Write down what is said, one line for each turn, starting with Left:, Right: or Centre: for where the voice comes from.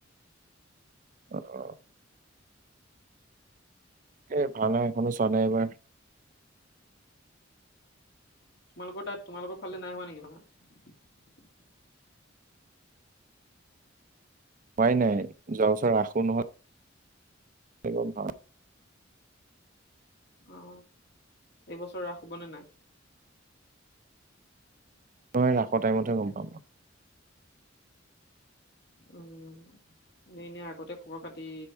Right: অহ এ ভাল ন এখনো চোৱা নাই এইবাৰ।
Left: তোমালোকৰ তাত তোমালোকৰ ফালে নাই হোৱা নেকি ভাওনা?
Right: হোৱাই নাই যোৱা বছৰ ৰাখো নহল। একদম হোৱা।
Left: অ এইবছৰ ৰাস হবনে নাই?
Right: অহ ৰাসৰ টাইমতহে গম পাম আৰু।
Left: উম এই এনেই আগতে খবৰ খাতি